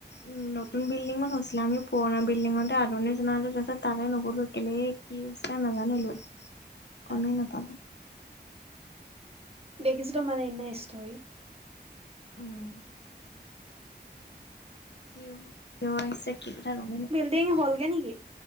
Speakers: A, on the left (about 80°); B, on the right (about 35°).
A: উম' নতুন বিল্ডিঙত হৈছিলে আমি পুৰণা বিল্ডিঙতে আদৰণি জনালো তাৰপিছত তালে নগ'লো, এনেই- কি হৈছিলে নাজানো এইবোৰ।
B: <unintelligible>
A: গমেই নাপালো।
B: দেখিছিলো মানে এনেই ষ্টৰি।
A: উম'। কিয় কিয় আহিছে, কি কথা গমেই নাপা-
B: লিংক হলগে নেকি?